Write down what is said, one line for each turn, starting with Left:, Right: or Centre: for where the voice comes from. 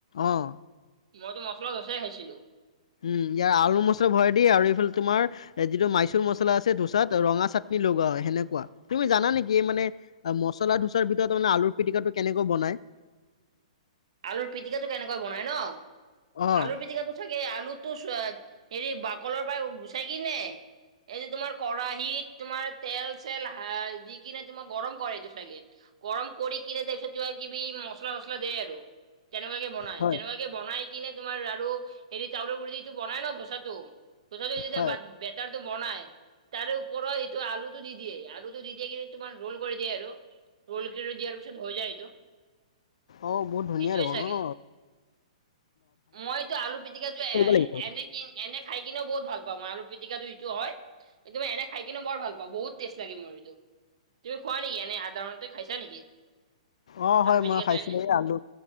Left: অ'
Right: মইতো মছলা ধচাই খাইছিলো।
Left: উম ইয়াৰ আলু মছলা ভৰাই দিয়ে আৰু এইফালে তোমাৰ যিটো মাইচুৰ মছলা আছে ধোচাত ৰঙা চাটনি লগোৱা হয় সেনেকুৱা। তুমি জানা নেকি মানে মছলা ধোচাৰ ভিতৰত তামানে আলুৰ পিটিকাটো কেনেকৈ বনাই? <inaudible>
Right: আলুৰ পিতিকাটো কেনেকৈ বনাই ন
Left: অ',
Right: আলুৰ পিতিকাটো চাগে আলুটো হেৰি বাকলৰ পাই গুচাই কিনে এইটো তোমাৰ কেৰাহিত তোমাৰ তেল চেল দি কিনে তোমাৰ গৰম কৰে এইটো চাগে। গৰম কৰি কিনে তাৰপিছত কিবি মচলা-চচলা দে আৰু। তেনেকুৱাকে বনাই,
Left: হয়,
Right: তেনেকুৱাকে বনাই কিনে তোমাৰ আৰু হেৰি চাউলৰ গুৰিটো বনাই ন ধোচাটো। ধচাটো যেতিয়া
Left: হয়।
Right: বাট বেটাৰ টো বনাই তাৰে ওপৰত এইটো আলুটো দি দিয়ে। আলুটো দি দিয়ে কিনে তোমাৰ ৰল কৰি দিয়ে আৰু। ৰ'ল কৰি দিয়াৰ পিছত হৈ যায় এইটো।
Left: অ, বহুত ধুনীয়া
Right: সেইটোৱে
Left: দেখ
Right: চাগে
Left: ন ন।
Right: মইতো আলু পিটিকটো এ
Left: লাগিব।
Right: এনে এনে খাই কিনেও বহুত ভাল পাওঁ মই আলু পিটিকটোটো হয় মই এনে খাই কিনে বৰ ভাল পাওঁ বহুত টেষ্ট লাগে মোৰ এইটো। তুমি খোৱা নেকি এনে সাধাৰণতে খাইছা নেকি?
Left: অ, হয়
Right: আলু পিটিকাটো
Left: মই খাইছিলো
Right: এনে
Left: এই আলু